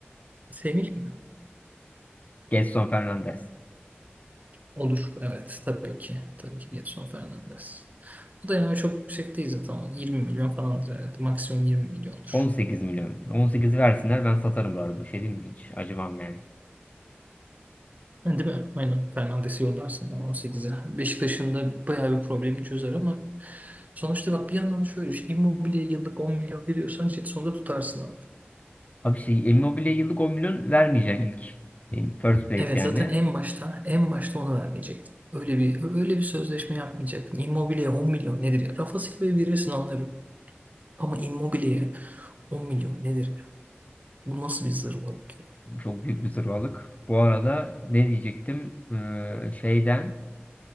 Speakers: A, on the right; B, on the left.
A: Semih mi?
B: Gelson Fernandes.
A: Olur. Evet. Tabii ki. Tabii ki Gedson Fernandes. O da yani çok yüksek değil zaten. 20 milyon falandır herhalde. Maksimum 20 milyondur.
B: 18 milyon. 18'i versinler ben satarım bu arada. Şey diyeyim mi hiç? Acımam yani.
A: Ha, Değil mi? Aynen. Fernandes'i yollarsın bana 18'e. Beşiktaş'ın da bayağı bir problemi çözer ama sonuçta bak bir yandan da şöyle düşün. Immobile'ye yıllık 10 milyon veriyorsan işte sonunda tutarsın abi.
B: Abi şey Immobile yıllık 10 milyon vermeyeceksin ilk. Yani First place
A: Evet
B: yani.
A: zaten en başta en başta onu vermeyecek. Öyle bir öyle bir sözleşme yapmayacak. Immobile'ye 10 milyon nedir ya? Rafa Silva'ya verirsin anlarım. Ama Immobile'ye 10 milyon nedir ya? Bu nasıl bir zırvalık ya?
B: Çok büyük bir zırvalık. Bu arada ne diyecektim? Ee, şeyden